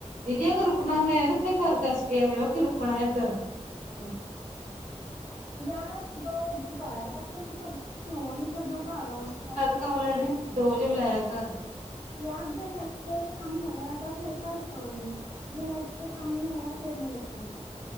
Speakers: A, on the right (about 75°); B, on the right (about 55°).
A: ਦੀਦੀ ਅਗਰ ਰੁਕਣਾ ਹੈ ਤੇ ਆਪਣੇ ਘਰ ਦੱਸ ਕੇ ਆਇਓ ਕਿ ਰੁਕਣਾ ਇੱਧਰ। ਹੈਲੋ <inaudible>
B: ਗਿਆਰਾਂ ਤੋ ਦੋ ਵਜੇ ਤੋਂ ਬਾਦ। ਉਹ਼ ਕਹਿੰਦੀ, ਕਦੋਂ ਫਰੀ ਹੋਵਾਂਗੀ ਕਦੋਂ ਘਰ ਆਵਾਂਗੀਆ।
A: ਆਲੱ ਰੈਡੀ ਦੋ ਵਜੇ ਬੁਲਾਇਆ ਕਰ।
B: ਯਾਰ ਜੇ ਨੈਕਸਟ ਤੇ ਵੀ ਕੰਮ ਹੋਇਆ ਤਾਂ ਫੇਰ ਤਾਂ ਰੁਕਾਂਗੀ ਜੇ ਨੈਕਸਟ ਦੇ ਕੰਮ ਨੀ ਹੋਇਆ ਫਿਰ ਨੀ ਰੁਕਾਂਗੀ।